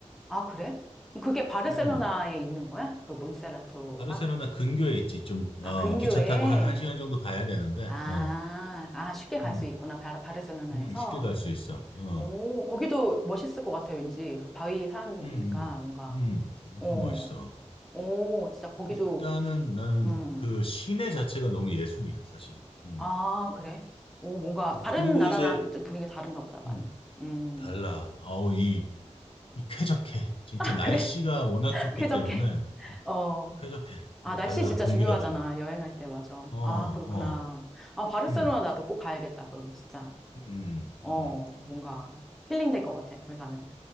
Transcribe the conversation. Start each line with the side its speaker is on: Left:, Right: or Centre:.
Centre: 아, 그래? 그게 바르셀로나에
Left: 어어
Centre: 있는 거야? 그 몬세라토가?
Left: 바르셀로나 근교에 있지 좀
Centre: 아,
Left: 어
Centre: 근교에?
Left: 기차 타고 한 1시간 정도 가야 되는데
Centre: 아,
Left: 어
Centre: 아, 쉽게 갈
Left: 음,
Centre: 수 있구나. 바, 바르셀로나에서.
Left: 음, 쉽게 갈 수 있어 어
Centre: 오, 거기도 멋있을 것 같아, 왠지. 그 바위산이니까
Left: 음,
Centre: 뭔가.
Left: 음, 음, 엄청
Centre: 어.
Left: 멋있어
Centre: 오, 진짜 거기도,
Left: 일단은 나는
Centre: 음.
Left: 그 시내 자체가 너무 예술이야 사실은 음.
Centre: 아, 그래? 오, 뭔가
Left: 음,
Centre: 다른
Left: 그리고
Centre: 나라랑
Left: 이제
Centre: 좀 분위기가 다른가 보다, 많이.
Left: 음,
Centre: 음.
Left: 달라. 아우, 이, 이 쾌적해. 진짜
Centre: <laughs> 아,
Left: 날씨가
Centre: 그래?
Left: 워낙
Centre: <laughs>
Left: 좋기
Centre: 쾌적해?
Left: 때문에, 어,
Centre: 어.
Left: 쾌적해.
Centre: 아,
Left: 어,
Centre: 날씨
Left: 달라.
Centre: 진짜
Left: 공기가
Centre: 중요하잖아.
Left: 달라.
Centre: 여행할 때, 맞아.
Left: 어, 어,
Centre: 아, 그렇구나. 아, 바르셀로나
Left: 음,
Centre: 나도 꼭 가야겠다, 그러면 진짜.
Left: 음,
Centre: 어,
Left: 음,
Centre: 뭔가 힐링 될 것 같아, 거기 가면.